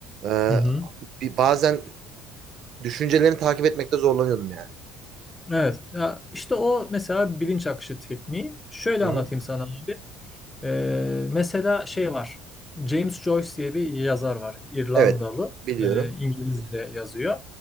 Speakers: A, on the right; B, on the left.
A: Ee,
B: Hı hı.
A: bir- bazen düşüncelerini takip etmekte zorlanıyordum yani.
B: Evet. Ya işte o mesela bilinç akışı tekniği. Şöyle
A: Hı
B: anlatayım
A: hı.
B: sana. abi. Ee, mesela şey var. James Joyce diye bir yazar var. İrlandalı.
A: Evet. Biliyorum.
B: Ee, İngilizce yazıyor.